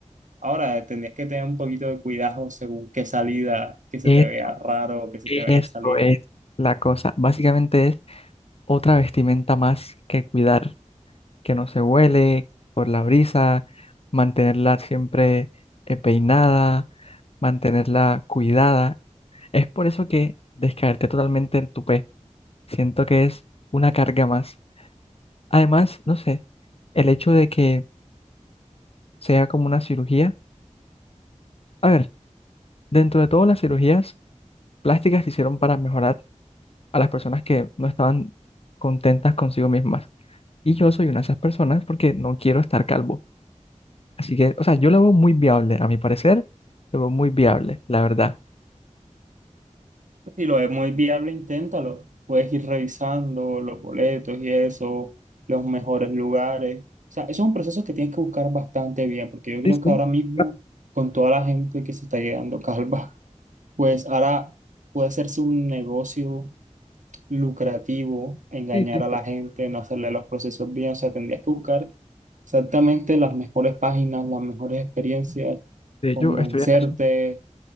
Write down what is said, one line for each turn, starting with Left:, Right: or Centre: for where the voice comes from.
Right: Ahora, tendrías que tener un poquito de cuidado según qué salida, que se
Left: es-
Right: te vea raro o que se
Left: eso
Right: te vaya a salir.
Left: es la cosa, básicamente es otra vestimenta más que cuidar. que no se huele por la brisa, mantenerla siempre eh, peinada, mantenerla cuidada. Es por eso que descaerte totalmente el tupé, siento que es una carga más. Además, no sé, el hecho de que sea como una cirugía, a ver, dentro de todas las cirugías plásticas se hicieron para mejorar a las personas que no estaban contentas consigo mismas. Y yo soy una de esas personas porque no quiero estar calvo. Así que, o sea, yo lo veo muy viable, a mi parecer, lo veo muy viable, la verdad.
Right: Si lo es muy viable, inténtalo. Puedes ir revisando los boletos y eso, los mejores lugares. O sea, eso es un proceso que tienes que buscar bastante bien, porque yo creo
Left: Sí, sí,
Right: que ahora mismo,
Left: Ah,
Right: con toda la gente que se está llegando calva, <laughs> pues ahora puede hacerse un negocio lucrativo, engañar
Left: sí, sí,
Right: a la
Left: sí.
Right: gente, no hacerle los procesos bien. O sea, tendrías que buscar Exactamente las mejores páginas, las mejores experiencias,
Left: De
Right: convencerte,
Left: hecho, estoy en eso.